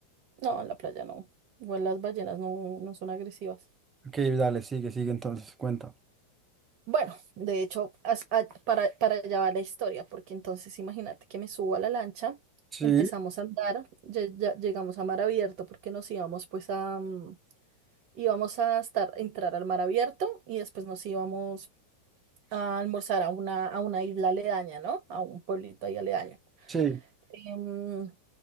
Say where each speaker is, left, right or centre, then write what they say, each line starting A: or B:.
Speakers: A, on the right; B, on the right.
A: no, en la playa no. Igual las ballenas no, no son agresivas.
B: Ok, dale, sigue, sigue entonces, cuenta.
A: Bueno, de hecho, as- a- para, para allá va la historia, porque entonces imagínate que me subo a la lancha,
B: Sí,
A: empezamos a andar, ya, ya llegamos a mar abierto, porque nos íbamos pues a, mm, íbamos a estar, entrar al mar abierto y después nos íbamos a almorzar a una, a una isla aledaña, ¿no? A un pueblito ahí aledaño.
B: sí,
A: Em,